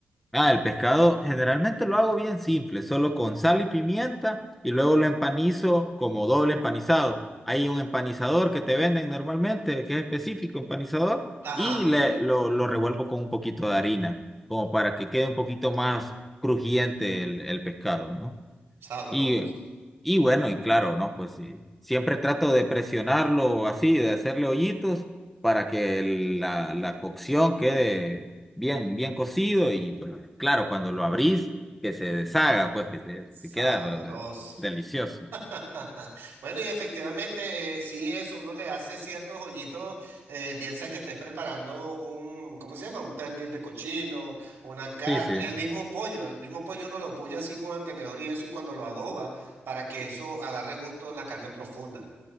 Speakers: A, in the centre; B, on the right.
A: Ah, el pescado generalmente lo hago bien simple, solo con sal y pimienta y luego lo empanizo como doble empanizado. Hay un empanizador que te venden normalmente, que es específico, empanizador,
B: Ajá,
A: y le, lo, lo revuelvo con un poquito de harina, como para que quede un poquito más crujiente el, el pescado, ¿no?
B: sabroso,
A: Y, y bueno, y claro, ¿no? Pues sí, siempre trato de presionarlo así, de hacerle hoyitos para que el- la, la cocción quede bien, bien cocido y pues claro, cuando lo abrís, que se deshaga, pues que te,
B: sabroso.
A: te queda pero de- delicioso.
B: <laughs> Bueno, y efectivamente, eh, sí, eso, uno le hace ciertos hoyitos, eh, piensa que estés preparando un, ¿cómo se llama? Un pernil de cochino, una carne,
A: Sí, sí.
B: el mismo pollo, el mismo pollo uno lo puya así con el tenedor y eso, y cuando lo adoba, para que eso agarre gusto en la carne profunda.